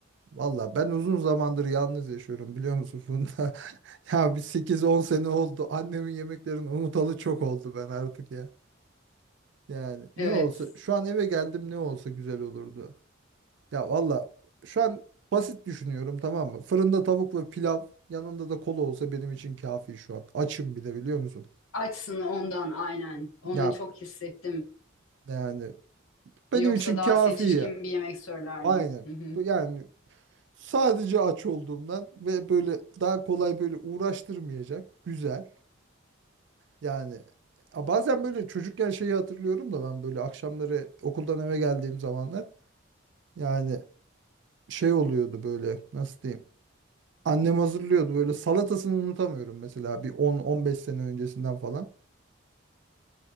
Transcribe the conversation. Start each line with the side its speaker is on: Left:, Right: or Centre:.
Right: valla ben uzun zamandır yalnız yaşıyorum biliyor musun Funda? <laughs> Ya bir sekiz on sene oldu. Annemin yemeklerini unutalı çok oldu ben artık ya. Yani ne
Left: Evet.
Right: olsa şu an eve geldim ne olsa güzel olurdu. Ya valla şu an basit düşünüyorum tamam mı? Fırında tavuk ve pilav yanında da kola olsa benim için kafi şu an. Açım bir de biliyor musun?
Left: Açsın ondan aynen. Onu
Right: Ya
Left: çok hissettim.
Right: yani benim
Left: Yoksa
Right: için
Left: daha
Right: kafi
Left: seçişkin
Right: ya.
Left: bir yemek söylerdim.
Right: Aynen.
Left: Hı hı.
Right: Yani sadece aç olduğumdan ve böyle daha kolay böyle uğraştırmayacak. Güzel. Yani a, bazen böyle çocukken şeyi hatırlıyorum da ben böyle akşamları okuldan eve geldiğim zamanlar yani şey oluyordu böyle nasıl diyeyim? Annem hazırlıyordu böyle salatasını unutamıyorum mesela bir 10-15 sene öncesinden falan.